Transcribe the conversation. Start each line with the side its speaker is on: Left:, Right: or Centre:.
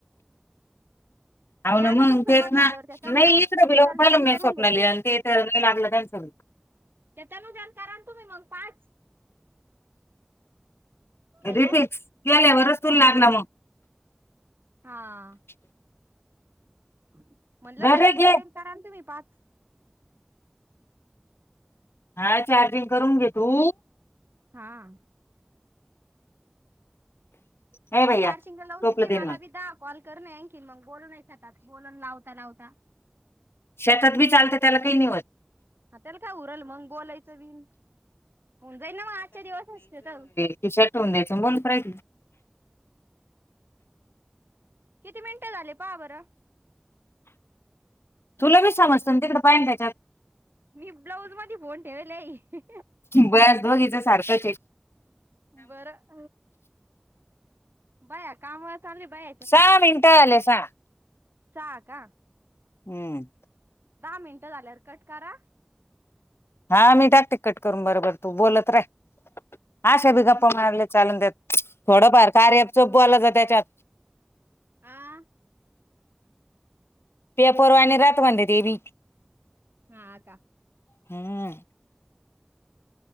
Left: हो
Right: मी
Left: ना
Right: आंता
Left: म्हणून
Right: तुमच्या
Left: तेच
Right: फोन
Left: ना
Right: झाल्यांवर त्यांतनुजा
Left: नाही इकडे
Right: त्यांतनुजालां
Left: बी लावून पाहिलं
Right: दोन फोन
Left: मी
Right: करूंन
Left: स्वप्नाली
Right: घेतले
Left: आणि ते तर नाही लागलं त्यांचं
Right: त्यांतनुजाले करांण मंग तुम्हीं पांच हॅलो
Left: रिफे्स केल्यांवरचं तुले लागलां मंग
Right: हां
Left: <unintelligible>
Right: म्हटलं
Left: बरे
Right: त्यां नंदा
Left: घे
Right: ताईन लां करांन तुम्हीं पांच
Left: हां चार्जिंग करूंन घे तूं
Right: हां
Left: हे भैया
Right: तरं चार्चिंगला लावूंन
Left: टोपलं
Right: देते
Left: दे
Right: मलां
Left: ना मग
Right: बी दहा कॉल करूंन आणखि मंग बोलूंनये शकतं बोलूंन लावतां लावतां
Left: शेतात बी चालतं त्यांला कांहीं नाहीं होतं
Right: हं त्यांला कायं उरलं मंग बोलायचं विण होऊन जाई नां मंग आजच्यां दिवसं असते तरं
Left: की शर्टवूंन द्यायचं बरांय
Right: किती मिनिटं झाले पहा बरं
Left: तुले बी समजतं नां तिकडं पायन त्यांच्यात
Right: मी ब्लाऊंज मध्यें फोन ठेवल आहे
Left: ब्यास बघीचं सारखं
Right: बरं बाया काम व चालली बाई
Left: सहा मिनटं झाले सहा
Right: का
Left: हम्म
Right: दहा मिनटं झाल्या कट करा
Left: हा मी टाक टिकिकट करून बरोबर तू बोलत रे हा शेभीगा मारले चालून त्यात थोडंफार कार्याप स आला त्याच्यात
Right: आं
Left: पेपरवा आणि रत बन तेवी
Right: हा आता
Left: हम्